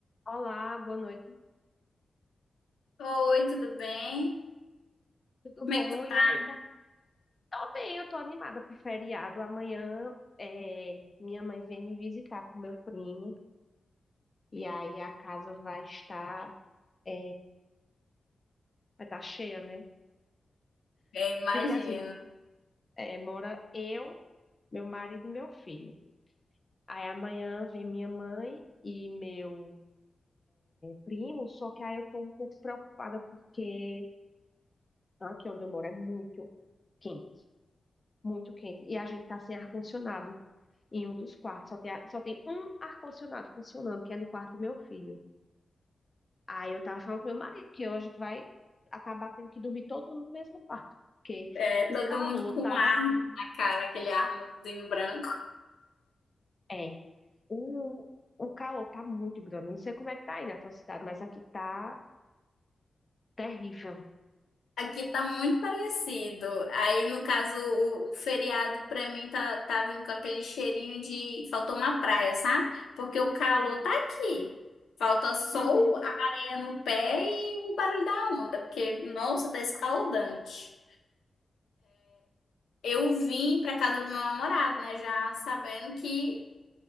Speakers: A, on the left; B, on the left.
A: Olá, boa noite.
B: Oi, tudo bem?
A: Tudo
B: Como
A: bom?
B: é que tu
A: E
B: tá?
A: aí, tá? Tô bem, eu tô animada pro feriado. Amanhã é, minha mãe vem me visitar com meu primo. E aí a casa vai estar, é, vai estar cheia, né?
B: Bem, imagino.
A: Porque assim, é, mora eu, meu marido e meu filho. Aí amanhã vem minha mãe e meu primo, só que aí eu tô um pouco preocupada porque aqui onde eu moro é muito quente, muito quente. E a gente tá sem ar-condicionado. em um dos quartos. Só tem, a- só tem um ar-condicionado funcionando, que é no quarto do meu filho. Aí eu tava falando com meu marido que hoje a gente vai acabar tendo que dormir todo mundo no mesmo quarto, porque
B: É, todo
A: o calor
B: mundo com
A: tá.
B: um ar na cara, aquele arnozinho branco.
A: É. O, o calor tá muito grande. Eu não sei como é que tá aí na tua cidade, mas aqui tá terrível.
B: Aqui tá muito parecido. Aí, no caso, o, o feriado pra mim tá, tá vindo com aquele cheirinho de faltou uma praia, sabe? Porque o calor tá aqui. Falta sol,
A: <laughs>
B: a areia no pé e o barulho da onda, porque, nossa, tá escaldante. Eu vim pra casa do meu namorado, né? Já sabendo que